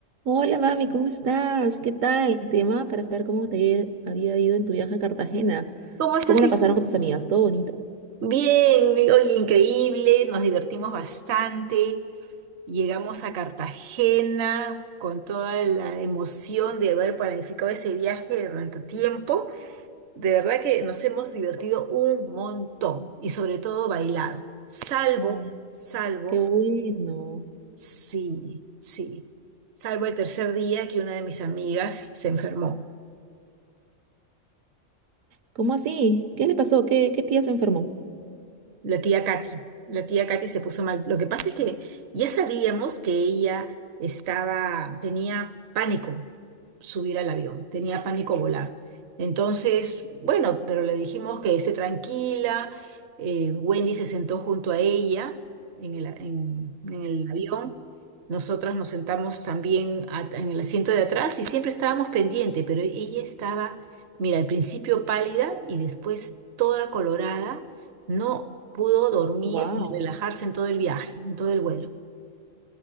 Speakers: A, on the right; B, on the right.
A: Hola, mami, ¿cómo estás? ¿Qué tal? Te llamaba para saber cómo te había ido en tu viaje a Cartagena.
B: ¿Cómo estás?
A: ¿Cómo
B: Vicky?
A: la pasaron con tus amigas? ¿Todo bonito?
B: Bien, oye, increíble, nos divertimos bastante. Llegamos a Cartagena con toda la emoción de haber planificado ese viaje durante tiempo. De verdad que nos hemos divertido un montón y sobre todo bailado. Salvo,
A: Ay,
B: salvo,
A: qué bueno.
B: sí, sí, salvo el tercer día que una de mis amigas se enfermó.
A: ¿Cómo así? ¿Qué le pasó? ¿Qué, qué tía se enfermó?
B: La tía Katy, la tía Katy se puso mal. Lo que pasa es que ya sabíamos que ella estaba, tenía pánico subir al avión, tenía pánico volar. Entonces, bueno, pero le dijimos que esté tranquila. eh, Wendy se sentó junto a ella en el, en, en el avión. Nosotras nos sentamos también a- en el asiento de atrás y siempre estábamos pendientes, pero ella estaba, mira, al principio pálida y después toda colorada no pudo dormir
A: Wow.
B: ni relajarse en todo el viaje, en todo el vuelo.